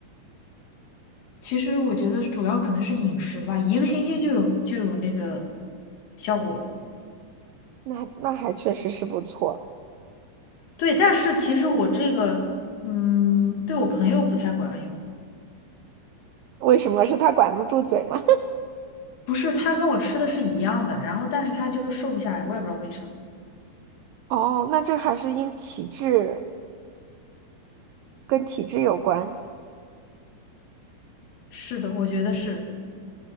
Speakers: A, on the left; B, on the right.
A: 其实我觉得主要可能是饮食吧，一个星期就有就有那个效果了。
B: 那那还确实是不错。
A: 对，但是其实我这个，嗯，对我朋友不太管用，
B: 为什么是他管不住嘴吗？
A: 不是他跟我吃的是一样的，然后但是他就瘦不下来，我也不知道为啥。
B: <laughs> 哦，那这还是因体质跟体质有关。
A: 是的，我觉得是。